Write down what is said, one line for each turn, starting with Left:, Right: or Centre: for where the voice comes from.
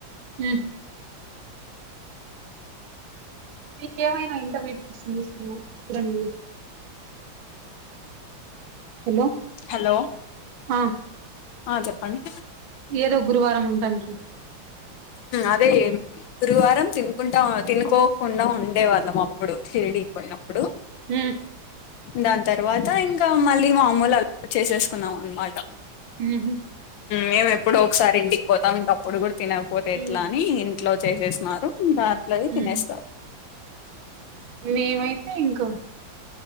Right: ఊ మీకేమైనా ఇంటర్మట్ సమస్యల చూడండి హలో
Left: హలో
Right: ఆ
Left: ఆ చెప్పండి
Right: ఏదో గురువారం ఉంటనికి
Left: అదే గురువారం తినుకుంటా తినుకోకుండా ఉండేవాళ్ళం అప్పు ప్పుడు షిరిడికి పోయినప్పుడు
Right: ఉ
Left: దాని తర్వాత ఇంకా మళ్ళీ మామూలు అలా చేసేసుకున్నాం అనమాట
Right: ఉహు
Left: మేము ఎప్పుడో ఒకసారి ఇంటికి పోతాం ఇంక అప్పుడు కూడా తినకపోతే ఎట్లా
Right: ఉమ్
Left: అని ఇంట్లో చేసేసినారు ఇంకా అట్ల తినేస్తా
Right: ఉమ్ మేమైతే ఇంక